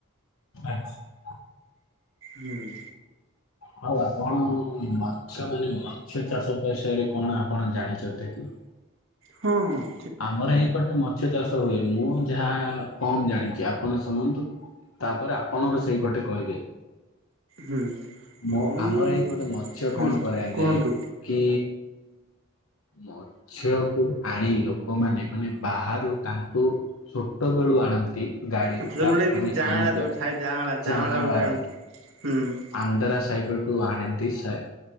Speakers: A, on the left; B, on the right.
A: ଆଚ୍ଛା।
B: ହୁଁ।
A: ହଉ ଆପଣ ମାଛ ମାନେ ମାଛ ଚାଷ ବିଷୟରେ କଣ ଆପଣ ଜାଣିଚନ୍ତି କି?
B: ହଁଁ।
A: ଆମର ଏଇପଟେ ମାଛ ଚାଷ ହୁଏନି। ମୁଁ ଯାହା କମ ଜାଣିଚି ଆପଣ ଶୁଣନ୍ତୁ। ତାପରେ ଆପଣଙ୍କ ସେଇ ପଟେ କହିବେ।
B: ହୁଁ।
A: ମୋ
B: ମୁଁ
A: ଆମର ଏଇପଟେ ମତ୍ସ୍ୟ
B: ହୁଁ
A: କଣ କରାଯାଏ?
B: କୁହନ୍ତୁ।
A: କି ମତ୍ସ୍ୟ କୁ ଆଣିଲ। କଉମାନେ ମାନେ ବାହାରୁ ତାଙ୍କୁ ଛୋଟ ବେଳୁ ଆଣନ୍ତି ଗାଡିରୁ
B: ଆଚ୍ଛା ଯୋଉଗୁଡା
A: ବା
B: କି
A: ମାନେ
B: ଯାଆଁଳା
A: ଆନ୍ଧ୍ରା
B: ଯୋଉ ଥାଏ ଯାଆଁଳା ଯାଆଁଳା
A: ଯାହାଳା
B: ଗୋଟେ ଆଣିକି
A: ରହି
B: ହୁଁ।
A: ଆନ୍ଧରା ସାଇଟ ଠୁ ଆଣନ୍ତି ସାର୍